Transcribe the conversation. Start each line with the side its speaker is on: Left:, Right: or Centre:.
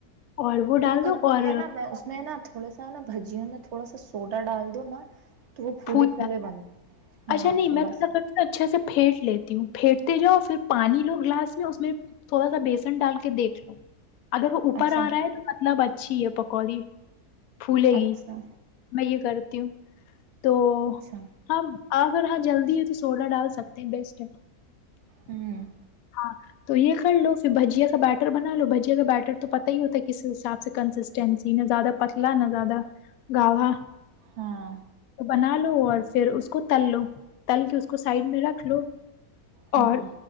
Left: اور وہ
Right: تم
Left: ڈال
Right: ک
Left: دو اور
Right: ہے نا میں اس میں نا تھوڑا سا نا بھجیوں میں <unintelligible> تھوڑا سا سوڈا ڈال دو نا <unintelligible>
Left: پھول
Right: پھولے بن ہاں
Left: اچھا نہیں
Right: تھوڑا
Left: میں تو
Right: سا
Left: کرتی اچھے سے پھی <unintelligible> لیتی ہوں پھیٹتے جاؤ پھر پانی لو گلاس میں اس میں تھوڑا سا بیسن ڈال کے دیکھ لو <unintelligible> اگر وہ اوپر
Right: اچھا
Left: آ رہا تو مطلب اچھا <unintelligible> اچھی ہے پکوڑی <unintelligible> پھولے
Right: اچھا
Left: گی میں یہ کر <unintelligible> تیو <unintelligible> تو
Right: اچھا
Left: ہماں <unintelligible> اگر ہاں جلدی ہے تو سوڈا ڈال سکتے ہیں بیسٹ ہے <unintelligible>
Right: ہوں
Left: ہاں تو یہ کر لو پھر بھجیا کا بیٹر بنا لو بھجیا کا بیٹر تو پت ہی ہوتا ہے کس حساب سے کنسسٹینسی نہ زیادہ پتلا نہ زیادہ گاڑھا
Right: ہاں
Left: تو بنا لو اور پھر اس کو تل لو تل کے اس کو سائڈ میں رکھ لو
Right: ہاں
Left: اور